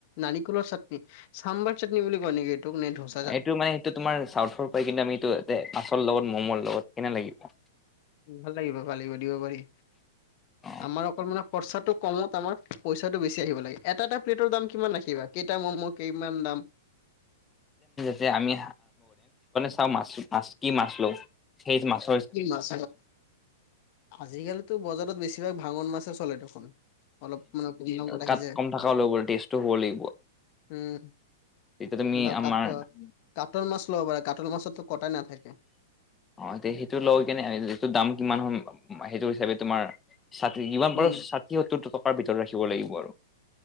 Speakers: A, on the left (about 45°); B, on the left (about 15°).
A: নাৰিকলৰ চাটনি, চাম্বাৰ চাটনি বুলি কয় নেকি এইটোক নে ধচ।
B: এইটো মানে সেইটো তোমাৰ চাউথৰ পৰাই কিন্তু আমি এইটো মাছৰ লগত ম'ম' লগত কেনে লাগিব।
A: ভাল লাগিব পালিব দিব পাৰি।
B: অ।
A: আমাৰ অকল মানে খৰচাটো কমত আমাৰ পইচাটো বেছি আহিব লাগে এটা এটা প্লেটৰ দাম কিমান ৰাখিবা। কেইটা ম'ম' কেইমান দাম।
B: যে আমি চাওঁ মাছ মাছ কি মাছলো সেই মাছ।
A: কি মাছ আজিকালিতো বজাৰত বেছিভাগ ভাঙন মাছে চলে দেখোন। অলপ মানে
B: কাত
A: লিছে
B: কম থকাও
A: তাত
B: ল'ব টেষ্টটো হ'ব লাগিব।
A: উম।
B: তেতিয়া তুমি
A: বা
B: আমাৰ
A: ক কাটৰ মাছ লব পাৰে কাটৰ মাছৰতো কটাই না থাকে।
B: অ এতিয়া সেইটো লওঁ কেনে এইটো দাম কিমান হ সেইটো হিচাপে তোমাৰ। ষাঠি যিমান
A: উম
B: পাৰো ষাঠি সত্তৰ টকাৰ ভিতৰত ৰাখিব লাগিব আৰু।